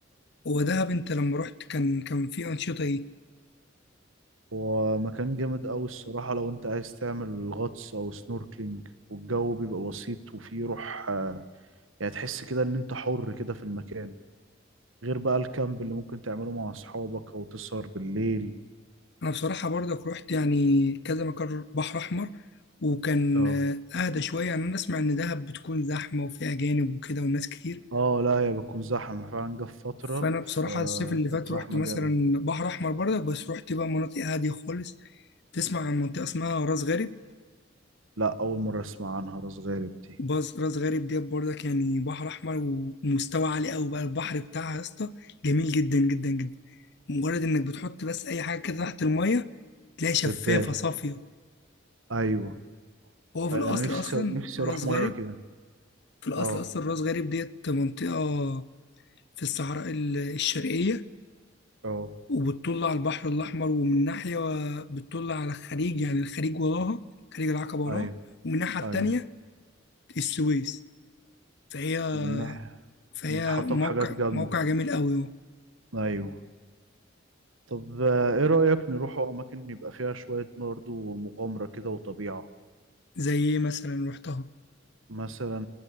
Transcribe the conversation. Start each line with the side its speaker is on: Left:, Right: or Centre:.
Left: هو دهب انت لما رحت كان كان في انشطه ايه
Right: هو مكان جامد أوي الصراحة لو أنت عايز تعمل غطس أو سنوركلينج والجو بيبقى بسيط وفيه روح آه، يعني تحس كده إن أنت حر كده في المكان غير بقى الكامب اللي ممكن تعمله مع أصحابك أو تسهر بالليل
Left: انا بصراحه برضك رحت يعني كذا مكان بحر احمر وكان
Right: اه
Left: آه، اهدى شويه يعني انا اسمع ان دهب بتكون زحمه وفيها اجانب وكده والناس كتير
Right: اه لا هي بتكون زحمة فعلا جه في فترة
Left: فانا بصراحه
Right: فكانت
Left: الصيف اللي فات
Right: زحمة
Left: رحت مثلا
Right: جامد
Left: بحر احمر برضك بس رحت بقى مناطق هاديه خالص تسمع عن منطقه اسمها راس غارب
Right: لا أول مرة أسمع عنها راس غارب دي
Left: باز راس غارب دي برضك يعني بحر احمر ومستوى عالي قوي بقى البحر بتاعها يا اسطى جميل جدا جدا جدا مجرد انك بتحط بس اي حاجه كده تحت الميه تلاقي شفافه
Right: بتبان
Left: صافيه
Right: أيوة
Left: هو في
Right: أيوة،
Left: الاصل
Right: أنا نفسي
Left: اصلا
Right: نفسي
Left: راس
Right: أروح مية
Left: غارب
Right: كده
Left: في الأصل
Right: اه
Left: أصلا راس غارب ديت منطقة في الصحراء ال- الشرقية
Right: اه
Left: وبتطل على البحر الأحمر ومن ناحية بتطل على الخليج يعني الخليج وراها خليج العقبة وراها
Right: أيوة
Left: ومن الناحية التانية
Right: أيوة
Left: السويس فهي
Right: ومن ناحية
Left: فهي
Right: متحطة
Left: موقع
Right: بحاجات جامدة
Left: موقع جميل قوي اهو
Right: أيوة طب آه، ايه رأيك نروحوا اماكن يبقى فيها شوية برضه مغامرة كده وطبيعة
Left: زي إيه مثلا رحتها
Right: مثلا